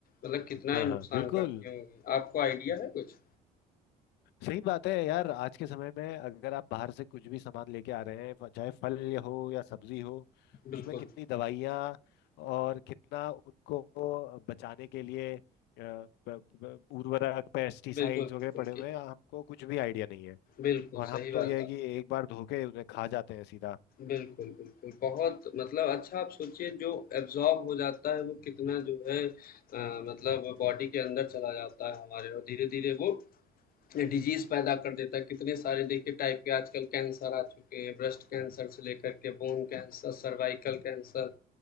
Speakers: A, on the left; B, on the left.
A: मतलब कितना
B: हाँ
A: ही
B: हाँ
A: नुकसान
B: बिल्कुल
A: करती होंगी आपको आइडिया है कुछ
B: सही बात है यार आज के समय में अगर आप बाहर से कुछ भी सामान लेके आ रहे हैं चाहे फल या हो या सब्जी हो
A: बिल्कुल
B: उसमें कितनी दवाइयाँ और कितना उनको बचाने के लिए अ, प- प- उर्वरक पेस्टिसाइड्स
A: बिल्कुल
B: वगैरह
A: बिल्कुल
B: पड़े हुए
A: कि
B: हैं हमको कुछ भी आइडिया नहीं है
A: बिल्कुल
B: और हम
A: सही
B: तो
A: बात
B: यह है कि एक बार धो के उन्हें खा जाते हैं सीधा
A: बिल्कुल, बिल्कुल। बहुत मतलब अच्छा आप सोचिए जो एब्ज़ॉर्ब हो जाता है वो कितना जो है अ, मतलब बॉडी के अंदर चला जाता है हमारे और धीरे-धीरे वो डिज़ीज़ पैदा कर देता है। कितने सारे देखिए टाइप के आजकल कैंसर आ चुके हैं, ब्रेस्ट कैंसर से लेकर के बोन कैंसर, सर्वाइकल कैंसर